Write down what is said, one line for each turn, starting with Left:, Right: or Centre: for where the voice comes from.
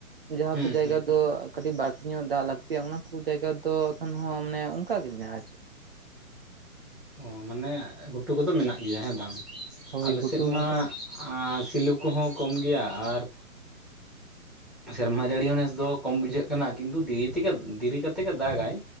Right: ᱡᱟᱦᱟᱸ
Centre: ᱦᱩᱸ
Right: ᱠᱚ ᱡᱟᱭᱜᱟ
Centre: ᱦᱩᱸ
Right: ᱫᱚ᱾ ᱠᱟᱹᱴᱤᱡ ᱵᱟᱹᱲᱛᱤ ᱧᱚᱜ ᱫᱟᱜ ᱞᱟᱹᱠᱛᱤᱭᱟ ᱚᱱᱟ ᱠᱚ ᱡᱟᱭᱜᱟ ᱫᱚ ᱮᱠᱷᱚᱱ ᱦᱚᱸ ᱢᱟᱱᱮ ᱚᱱᱠᱟ ᱜᱮ ᱢᱮᱱᱟᱜᱼᱟ ᱪᱮᱫ᱾
Centre: ᱚ ᱢᱟᱱᱮ ᱜᱷᱩᱴᱩ ᱠᱚᱫᱚ ᱢᱮᱱᱟᱜ ᱜᱮᱭᱟ ᱦᱮᱸ ᱵᱟᱝ
Right: ᱦᱳᱭ
Centre: ᱟᱞᱮ
Right: ᱜᱷᱩᱴᱩ
Centre: ᱥᱮᱫ ᱢᱟ᱾
Right: ᱚᱱᱠᱟ
Centre: ᱟᱨ ᱥᱤᱞᱩ ᱠᱚᱦᱚᱸ ᱠᱚᱢ ᱜᱮᱭᱟ ᱟᱨ᱾ ᱥᱮᱨᱢᱟ ᱡᱟᱹᱲᱤ ᱦᱚᱸ ᱱᱮᱥ ᱫᱚ ᱠᱚᱢ ᱵᱩᱡᱷᱟᱹᱜ ᱠᱟᱱᱟ ᱠᱤᱱᱛᱩ ᱫᱤᱨᱤ ᱛᱮᱜᱮ ᱫᱮᱨᱤ ᱠᱟᱛᱮ ᱜᱮ ᱫᱟᱜᱟᱭ᱾